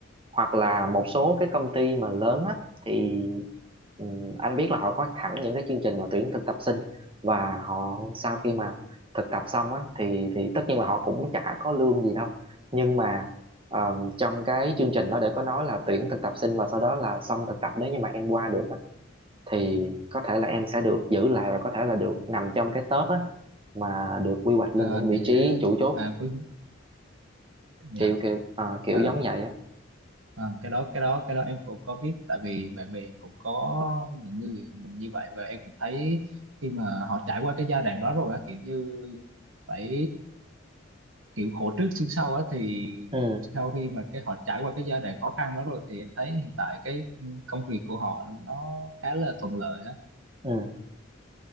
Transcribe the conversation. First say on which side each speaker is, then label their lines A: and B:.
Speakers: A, on the right; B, on the right.
A: hoặc là một số cái công ty mà lớn á thì ừ, anh biết là họ có thẳng những cái chương trình mà tuyển thực tập sinh và họ sau khi mà thực tập xong á thì thì tất nhiên là họ cũng chả có lương gì đâu nhưng mà ờ, trong cái chương trình đó để có nói là tuyển thực tập sinh và sau đó là xong thực tập nếu như mà em qua được á thì có thể là em sẽ được giữ lại và có thể là được nằm trong cái top á mà được quy hoạch lên
B: à,
A: những
B: để
A: vị trí chủ chốt
B: à, quý dạ
A: kiểu kiểu ờ, kiểu
B: à,
A: giống vậy á
B: à, cái đó cái đó cái đó em cũng có biết tại vì bạn bè em cũng có những người như vậy và em cũng thấy khi mà họ trải qua cái giai đoạn đó rồi á kiểu như phải kiểu khổ trước sướng sau á thì
A: ừ
B: sau khi mà cái họ trải qua cái giai đoạn khó khăn đó rồi thì em thấy hiện tại cái công việc của họ nó khá là thuận lợi á
A: ừ